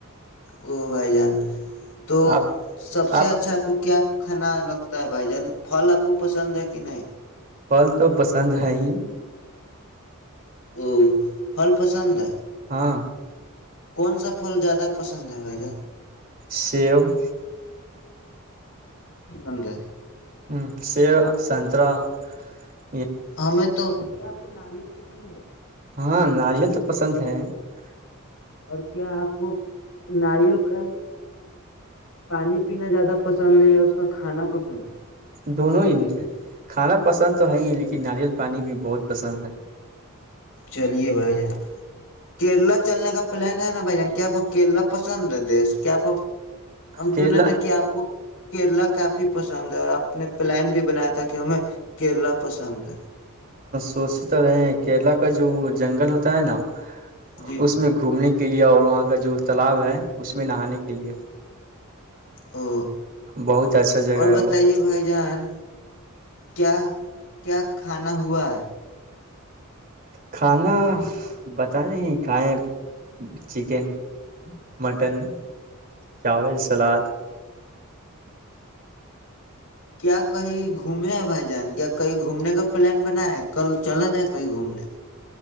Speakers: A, on the left; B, on the right.
A: او بھائی جان <unintelligible> تو
B: آپ
A: سب سے
B: آپ
A: اچھا آ پکو کیا <unintelligible> کھانا لگتا ہے بھائی جان پھل آپ کو پسند ہے <unintelligible> کہ نہیں <unintelligible>
B: پھل تو پسند ہے ہی <unintelligible>
A: او فل پسند ہے <unintelligible>
B: ہاں <unintelligible>
A: کون سا پھل زیادہ پسند ہے بھائی جان <unintelligible>
B: سیب <inaudible>
A: انند <inaudible>
B: ہوں شی سترا <unintelligible>
A: ہمیں تو کیا <unintelligible> ناریل کو <inaudible> پسند <inaudible>
B: ہاں ناریل تو پسند ہے <unintelligible>
A: اور کیا آپ کو ناریل کا پانی پینا زیادہ پسند ہے یا اس کا کھانا پسند <unintelligible> سن <inaudible>
B: دونوں ہی کھانا پسند تو ہے ہی لیکن ناریل پانی بھی بہت پسند ہے
A: چلیے بھائی کیرلا چلنے کا پلان ہے نا بھ جان کیا آپ کو کیرلا پسند ہے دیش کیا آپ کو ہم
B: کیرلا
A: سنے تھے کہ آپ کو کیرلا کافی پسند پند ہے اور آپ نے پلان بھی بنایا تھا کہ ہمیں کیرلا پسند ہے
B: شوش رہے ہیں کیرلا کا جو جو جنگل ہوتا ہے نا
A: جی
B: اس میں گھومنے کی کے لیے اور وہاں کا جو تالاب ہے اس میں نہانے کے لیے
A: او
B: بہت اچھا جگہ
A: اور
B: ہے
A: بتائیے
B: وہ
A: بھائی جان کیا کیا کھانا ہوا ہے
B: کھانا بتائیں کھائیں چکن مٹن چاول سلاد
A: کیا کہیں گھوم گ ہے بھائی جان کیا کہیں گھومنے کا پلان بنا ہے کل چلا جائے کہیں گھومنے